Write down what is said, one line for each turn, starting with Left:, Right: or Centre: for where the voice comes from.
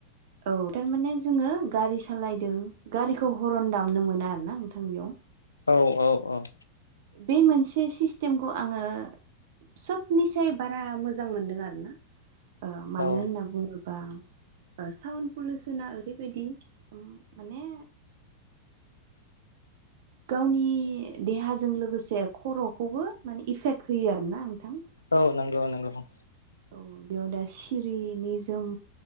Right: औ थारमाने जोङो गारि सालायदों गारिखौ हरन दामनो मोना आरो ना नोंथां बेआव
Left: औ औ औ
Right: बे मोनसे सिस्टेमखौ आङो सबनिसाय बारा मोजां मोनदों आरो ना ओ मानो
Left: औ
Right: होनना बुङोबा ओ साउन्ड पलिउसना ओरैबादिओम माने गावनि देहाजों लोगोसे खर'खौबो माने इफेक्ट होयो आरोना नोंथां
Left: औ नोंगौ नोंगौ
Right: औ बेआव दा सिरि निजोम